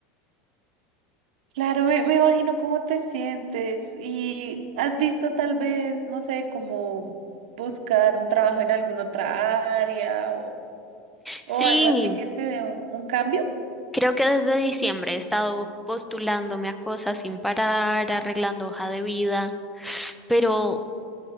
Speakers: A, on the right (about 85°); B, in the centre.
A: Claro, me, me imagino cómo te sientes y has visto tal vez, no sé, como buscar un trabajo en alguna otra área o, o
B: Sí,
A: algo así que te dé un, un cambio.
B: creo que desde diciembre he estado postulándome a cosas sin parar, arreglando hoja de vida, pero